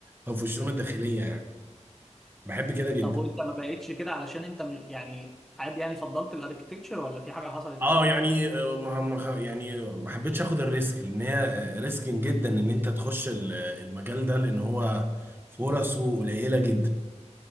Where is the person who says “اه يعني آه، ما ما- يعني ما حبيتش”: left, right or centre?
Right